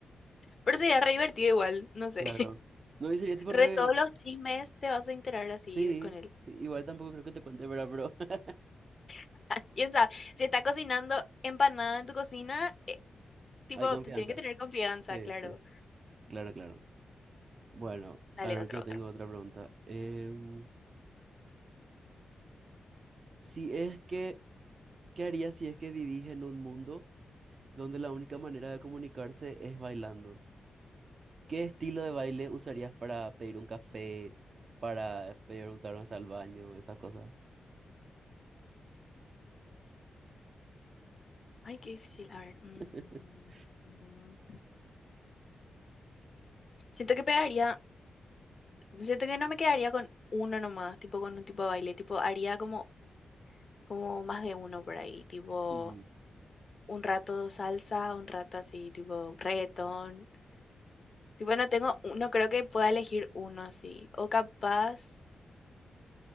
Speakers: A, on the left; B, on the right.
A: Pero sería re divertido igual, no sé.
B: Claro. No, y sería tipo
A: Re
B: re...
A: todos los chismes te vas a enterar así
B: Sí,
A: con él.
B: sí, igual tampoco creo que te cuente, ¿verdad? Pero <laughs>
A: <laughs> ¿Quién sabe? Si está cocinando empanada en tu cocina, eh, tipo,
B: hay confianza.
A: te tienen que tener confianza,
B: Sí,
A: claro.
B: sí. Claro, claro. Bueno,
A: Dale,
B: a ver,
A: otro,
B: yo
A: otro.
B: tengo otra pregunta. Em, si es que, ¿qué harías si es que vivís en un mundo donde la única manera de comunicarse es bailando? ¿Qué estilo de baile usarías para pedir un café, para preguntar hasta al baño, esas cosas?
A: Ay, qué difícil. A ver. mm,
B: <laughs>
A: mm. siento que pegaría, siento que no me quedaría con uno nomás, tipo con un tipo de baile, tipo haría como, como más de uno por ahí, tipo
B: Mm,
A: un rato salsa, un rato así, tipo reggaetón. Tipo, no tengo, un- no creo que pueda elegir uno así. O capaz...